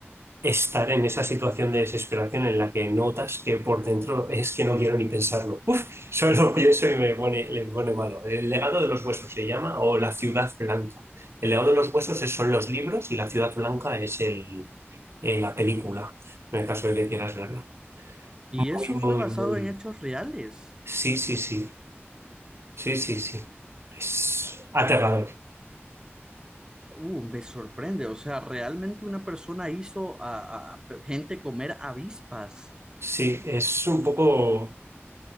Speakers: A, on the right; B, on the right.
A: estar en esa situación de desesperación en la que notas que por dentro es que no quiero ni pensarlo. Uf, solo <laughs> lo pienso y me pone, le pone malo. El legado de los huesos se llama, o la ciudad blanca. El legado de los huesos es- son los libros y la ciudad blanca es el, en la película, en el caso de que quieras verla.
B: Y eso
A: Muy, muy,
B: fue basado
A: muy.
B: en hechos reales.
A: Sí, sí, sí. Sí, sí, sí. Es aterrador.
B: Uh, me sorprende. O sea, realmente una persona hizo a, a gente comer avispas.
A: Sí, es un poco,